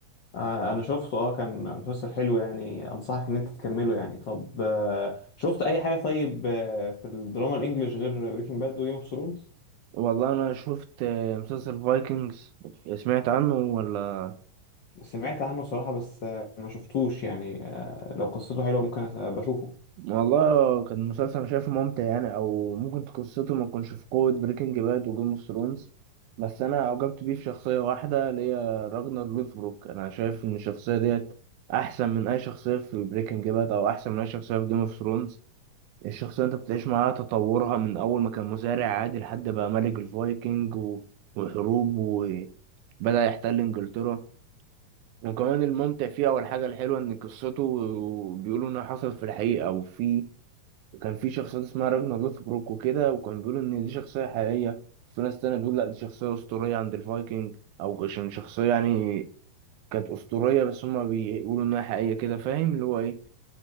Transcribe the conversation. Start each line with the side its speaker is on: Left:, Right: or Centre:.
Left: آه، انا شفته اه كان مسلسل حلو يعني انصحك ان انت تكمله يعني طب آه، شفت اي حاجة طيب آه، في الدراما الانجليش غير بريكنج باد وجيم اوف ثرونز
Right: والله انا شفت آه، مسلسل فايكنجز سمعت عنه ولا
Left: سمعت عنه صراحة بس آه، ما شفتوش يعني آه، لو قصته حلوة ممكن أس- بشوفه
Right: والله كان مسلسل انا شايفه ممتع يعني او ممكن قصته ما تكونش في قوة بريكنج باد وجيم اوف ثرونز بس انا اعجبت بيه في شخصية واحدة اللي هي راجنر لوثبروك انا شايف ان الشخصية ديت احسن من اي شخصية في بريكنج باد او احسن من اي شخصية في جيم اوف ثرونز الشخصية انت بتعيش معاها تطورها من اول ما كان مزارع عادي لحد بقى ملك الفايكنج و... وحروب وبدأ يحتل انجلترا وكمان الممتع فيه او الحاجة الحلوة ان قصته بيقولوا انها حصلت في الحقيقة وفي كان في شخصيات اسمها راجنا لوثبروك وكده وكان بيقولوا ان دي شخصيه حقيقيه في ناس تانية بتقول لا دي شخصيه اسطوريه عند الفايكنج او عشان شخصيه يعني كانت اسطوريه بس هما بيقولوا انها حقيقيه كده فاهم اللي هو ايه